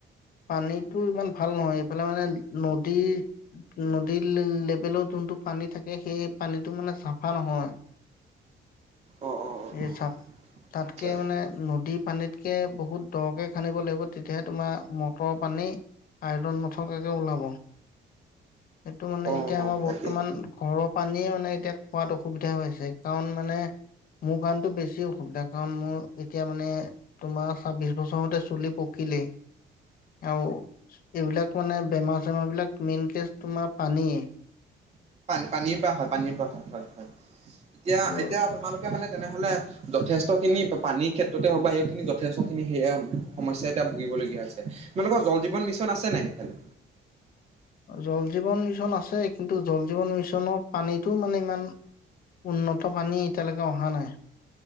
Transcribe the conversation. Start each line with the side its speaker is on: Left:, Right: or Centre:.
Left: পানীতো ইমান ভাল নহয় এইফালে মানে নদীৰ নদীৰ লেবেলত যোনটো পানী থাকে সেই পানীটো মানে চাফা নহয়
Right: অ অ
Left: এই
Right: অ অ
Left: চাপ তাতকে
Right: আচ্ছা
Left: মানে নদী পানীতকে বহুত দকে খান্দিব লাগিব তেতিয়াহে তোমাৰ মটৰৰ পানী আইৰণ নথকাকে ওলাব সেইটো মানে
Right: অ
Left: এতিয়া আমাৰ
Right: তাকে
Left: বৰ্তমান ঘৰৰ পানীয়ে মানে এতিয়া খোৱাত অসুবিধা হৈছে কাৰণ মানে মোৰ কাৰনেটো বেছি অসুবিধা কাৰণ মোৰ এতিয়া মানে, তোমাৰ ছাব্বিশ বছৰতে চুলি পকিলে, আৰু এইবিলাক মানে বেমাৰ- চেমাৰ বিলাক মেইন কেচ তোমাৰ পানীয়ে,
Right: পানীৰ পা হয় পানীৰ পা হয়- হয়- হয় এতিয়া-
Left: ত'
Right: এতিয়া তোমালোক, এতিয়া মানে তেনেহলে যথেষ্ট খিনি পানীৰ ক্ষেত্ৰতে হওক বা সেইখিনি যথেষ্টখিনি সেয়া সমস্যা এতিয়া ভুগিবলগীয়া হৈছে তোমালোকৰ জল- জীবন -মিছন আছে নাই সেইফালে,?
Left: জল- জীৱন -মিছন আছে কিন্তু জল- জীৱন- -মিছনৰ পানীটো মানে ইমান উন্নত, পানী এতিয়ালৈকে অহা নাই,